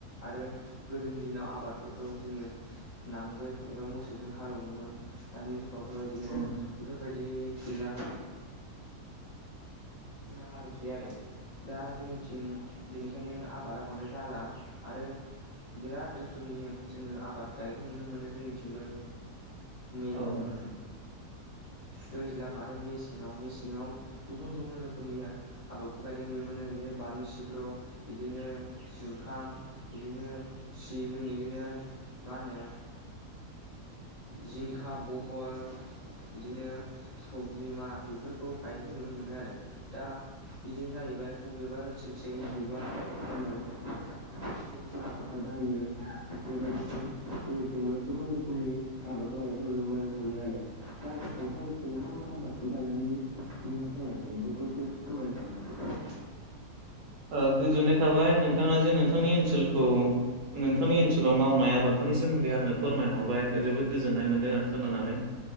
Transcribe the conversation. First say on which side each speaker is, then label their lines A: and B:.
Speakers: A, on the left (about 55°); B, on the right (about 75°).
A: आरो गोदोनि दिनाव आबादफोरखौ जोङो नांगोल एबा मोसौजों हालेवोमोन दानि जु गावथ' इदिनो
B: औ
A: बेफोरबायदि सिला <unintelligible> हालेवसै आरो दा जोंनिथिं बेनिखायनो आबादा बांद्राय जाला आरो बिराद रोखोमनि जोङो आबाद गानायखौ नुनो मोनो जोंनिथिंबो, मिल
B: औ
A: उम उम दैज्लां आरो मेसेङाव मेसेङाव गुबुन गुबुन रोखोमनि आदबखौ गायनाय, नुनो मोनो इदिनो बानलु सिब्र बिदिनो जुखाम बिदिनो सिबिं इदिनो मा होनो जिंखा बहल इदिनो सबबिमा बिफोरखो गायनायखो ननो मोनो आरो दा बिदिनो जा बाय बबेबा ओनसोलथिं बबेबा उम गुबुन गुबुन आबादफ्रा जायो बेबायदिनो जोंनिथिंबो गोबां रोखोमनि आबादखौ गायनायखो नुनो मोनो मोनो आरो दा नोंथांमोनथिं मा मा आबादखौ गायनानै सुबुंफ्रा थांनानै थायो बेफोरखौ एसे फोरमायनो हागोन नामा?
B: ओ गोजोननाय थाबाय नोंथाङा जे नोंथांनि ओनसोलखौ नोंथांनि ओनसोलाव मावनाय आबादफोरनि सोमोन्दै आंनो फोरमायहरबाय जोबोद गोजोननाय मोनदों आं खोनानानै